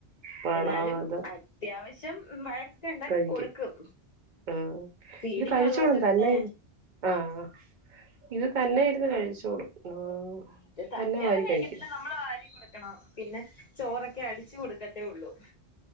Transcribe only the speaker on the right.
പാടാ
അതാ
കഴിക്കും
ആഹ്
ഇത് കഴിച്ചോളും
തന്നെ ആഹ് ഇത് തന്നെ ഇരുന്നു കഴിച്ചോളും ആഹ്
തന്നെ വാരി കഴിക്കും